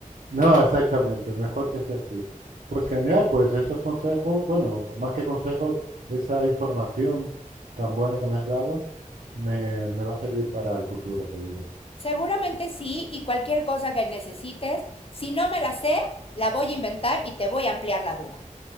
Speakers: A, on the right (about 70°); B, on the left (about 45°).
A: No, exactamente, mejor que sea así. Pues genial, pues esos consejos, bueno, más que consejos, esa información tan buena que me has dado me, me va a servir para el futuro, seguro.
B: Seguramente sí, y cualquier cosa que necesites, si no me la sé, la voy a inventar y te voy a ampliar la duda.